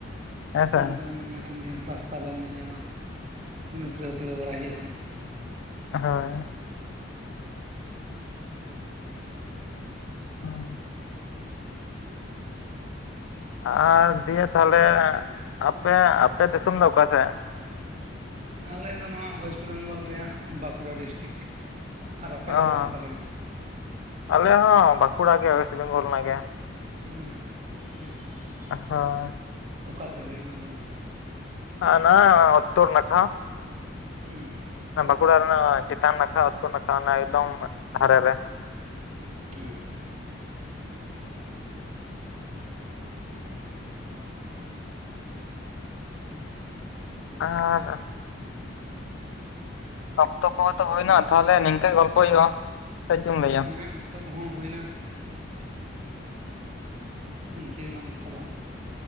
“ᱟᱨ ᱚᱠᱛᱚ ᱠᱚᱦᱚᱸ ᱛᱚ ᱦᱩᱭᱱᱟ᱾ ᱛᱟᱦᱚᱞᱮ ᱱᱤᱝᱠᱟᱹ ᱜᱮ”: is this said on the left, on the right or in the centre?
Left